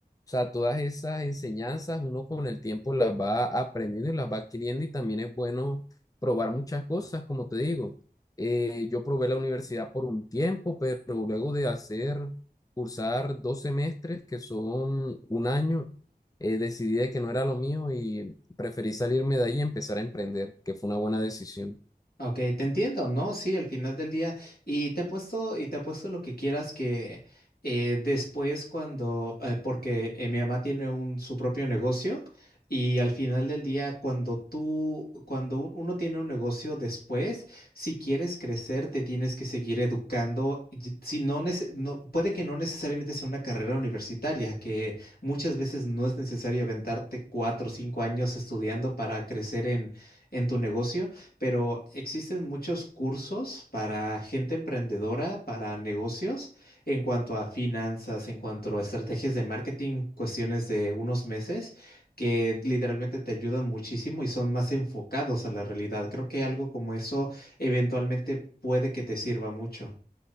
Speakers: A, on the left; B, on the left.
A: o sea, todas esas enseñanzas uno con el tiempo las va aprendiendo y las va adquiriendo y también es bueno probar muchas cosas, como te digo. Eh, yo probé la universidad por un tiempo, pero luego de hacer, cursar dos semestres, que son un año, eh, decidí de que no era lo mío y preferí salirme de ahí y empezar a emprender, que fue una buena decisión.
B: Ok, te entiendo, ¿no? Sí, al final del día. Y te apuesto, y te apuesto lo que quieras que eh, después cuando, eh, porque eh, mi mamá tiene un, su propio negocio y al final del día cuando tú, cuando un- uno tiene un negocio después, si quieres crecer, te tienes que seguir educando. y- Si no, nece- no, puede que no necesariamente sea una carrera universitaria, que muchas veces no es necesario aventarte cuatro o cinco años estudiando para crecer en en tu negocio pero existen muchos cursos para gente emprendedora, para negocios, en cuanto a finanzas, en cuanto a estrategias de marketing, cuestiones de unos meses, que literalmente te ayudan muchísimo y son más enfocados a la realidad. Creo que algo como eso eventualmente puede que te sirva mucho.